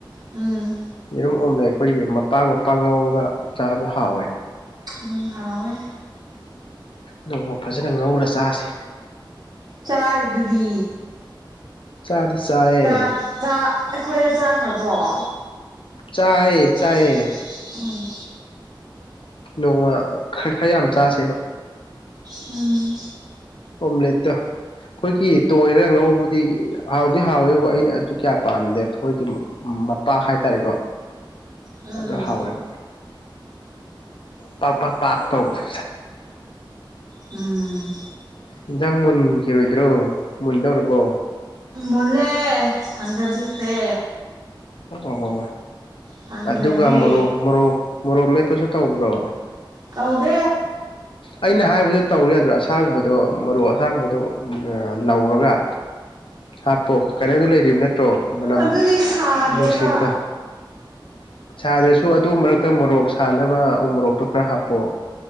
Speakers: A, on the right; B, on the left.
A: ꯎꯝ
B: ꯌꯦꯔꯨꯝ ꯑꯣꯝꯂ‌ꯦꯠ ꯑꯩꯈꯣꯏꯒꯤ ꯃꯄꯥꯡ ꯃꯄꯥꯡ ꯉꯧꯔꯒ ꯆꯥꯕꯗ‌ꯣ ꯍꯥꯎꯋꯦ
A: ꯎꯝ ꯍꯥꯎꯋ‌ꯦ
B: ꯅꯣꯡꯃ ꯐꯖꯅ ꯉꯧꯔ ꯆꯥꯁꯤ
A: ꯆꯥꯔꯤꯗꯨꯗꯤ
B: ꯆꯥꯗꯤ ꯆꯥꯏꯌꯦ
A: ꯆ ꯆ ꯑꯈꯣꯏꯗ ꯆꯥꯛ ꯕ‌ꯣ
B: ꯆꯥꯏꯌꯦ ꯆꯥꯏꯌꯦ
A: <unintelligible> ꯎꯝ
B: ꯅꯣꯡꯃ ꯈꯔ ꯈꯔ ꯌꯥꯝ ꯆꯥꯁꯦꯕ
A: ꯎꯝ
B: ꯑꯣꯝꯂꯦꯠꯇ‌ꯣ ꯑꯩꯈꯣꯏꯒꯤ ꯇꯣꯏꯔ ꯉꯧꯕꯗꯤ ꯍꯥꯎꯗꯤ ꯍꯥꯎꯋꯦꯕꯨ ꯑꯩꯅ ꯑꯗꯨ ꯀꯌꯥ ꯄꯥꯝꯗꯦ ꯊ‌ꯣꯏꯒꯤ ꯃꯄꯥ ꯍꯥꯏꯇꯥꯔꯦꯀꯣ
A: ꯎꯝ
B: ꯑꯗꯨ ꯍꯥꯎꯋꯦꯕ ꯄꯥꯛ ꯄꯥꯛ ꯄꯥꯛ ꯇꯧꯕꯗꯣ
A: ꯎꯝ
B: ꯏꯟꯖꯥꯡ ꯃꯨꯟꯈꯤꯔꯣꯏꯗ꯭ꯔꯣ ꯃꯨꯟꯗꯧꯔꯕꯣ
A: ꯃꯨꯜꯂꯦ ꯊꯥꯡꯗꯕꯤꯈ꯭ꯔꯦ
B: ꯑꯣ
A: ꯊꯥꯡꯗꯔꯦ
B: ꯑꯗꯨꯒ ꯃꯣꯔꯣꯛ ꯃꯣꯔꯣꯛ ꯃꯣꯔꯣꯛ ꯃꯦꯞꯄꯁꯨ ꯇꯧꯕ꯭ꯔꯣ
A: ꯇꯧꯗꯦ
B: ꯑꯩꯅ ꯍꯥꯏꯕꯗꯨ ꯇꯧꯔꯝꯦ ꯑꯁꯥꯡꯕꯗꯣ ꯃꯔꯣꯛ ꯑꯁꯥꯡꯕꯗꯣ ꯂꯧꯔꯒ ꯍꯥꯞꯄꯣ ꯀꯩꯅꯣꯗꯣ ꯂꯩꯔꯤꯕ ꯅꯠꯇ꯭ꯔꯣ ꯃꯅꯝ
A: ꯑꯗꯨꯗꯤ ꯁꯥꯗꯦꯕ
B: ꯅꯨꯡꯁꯤꯕꯗ‌ꯣ ꯁꯥꯗ꯭ꯔꯁꯨ ꯑꯗꯨ ꯃꯔꯛꯇ ꯃꯣꯔꯣꯛ ꯁꯥꯅꯕ ꯎ ꯃꯣꯔꯣꯛꯇꯣ ꯈꯔ ꯍꯥꯞꯄ‌ꯣ